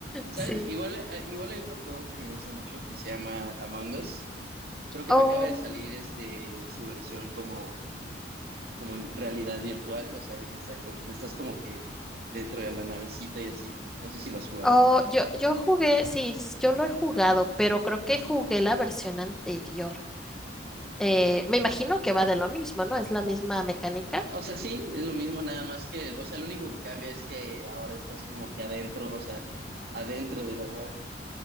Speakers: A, on the right; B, in the centre.
A: ¿Sabes?
B: Sí.
A: Igual, eh, igual hay otro juego que me gusta mucho que se llama Among Us. Creo que
B: Oh,
A: acaba de salir este, su versión como, como en realidad virtual, o sea, de que está como, estás como que dentro de la navecita y así. No sé si lo has jugado.
B: oh, yo, yo jugué, sí, yo lo he jugado, pero creo que jugué la versión anterior. Eh, me imagino que va de lo mismo, ¿no? Es la misma mecánica.
A: O sea, sí, es lo mismo, nada más que, o sea, lo único que cambia es que ahora estás como que adentro, o sea, adentro de la nave,